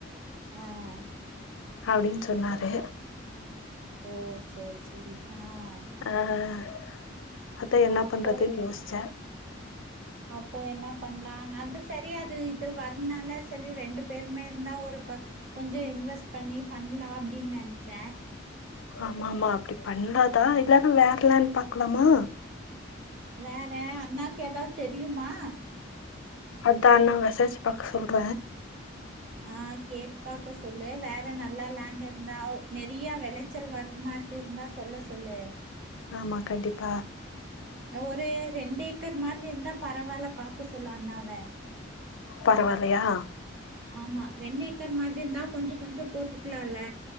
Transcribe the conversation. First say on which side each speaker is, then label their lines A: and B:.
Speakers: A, on the right; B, on the left.
A: ஆஹ்
B: அப்டின்னு சொன்னாரு
A: ஓ சரி சரி ஆஹ்
B: ஆஹ் அதா என்ன
A: அப்போ
B: பண்றதுன்னு யோசிச்ச
A: அப்போ என்ன பண்லா அது சரி அது இது வர்னால சரி ரெண்டு பேருமே இருந்தா ஒரு கொஞ்சோ இன்வெஸ்ட் பண்ணி பண்லா அப்டின்னு நெனச்ச
B: ஆமா ஆமா அப்டி பண்லாதா இல்லன்னா வேற லேண்ட் பாக்கலாமா
A: வேற அண்ணாக்கு ஏதாவது தெரியுமா
B: அதன்ன வெசாரிச்சு பாக்க சொல்ற
A: ஆஹ் கேட்டு பாக்க சொல்லு வேற நல்லா லேண்ட் இருந்தா நெறைய வெளச்சல் வர மாரி இருந்தா சொல்ல சொல்லு
B: ஆமா கண்டிப்பா
A: ஒரு ரெண்டு ஏக்கர் மாரி இருந்தா பரவால்ல பாக்க சொல்லு அண்ணாவ
B: பரவால்லயா
A: ஆமா ரெண்டு ஏக்கர் மாதிரி இருந்தா கொஞ்சோ கொஞ்சோ போட்டுக்கலாம்ல